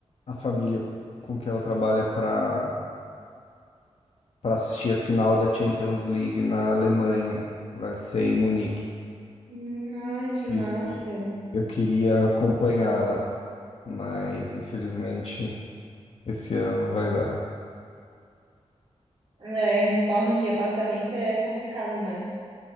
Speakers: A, on the left (about 65°); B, on the right (about 55°).
A: a família com que ela trabalha para para assistir a final da Champions League na Alemanha. Vai ser em Munique.
B: Hum, Ai, que
A: E
B: massa.
A: e eu queria acompanhá-la, mas infelizmente esse ano não vai dar.
B: É, reforma de apartamento é complicado, né?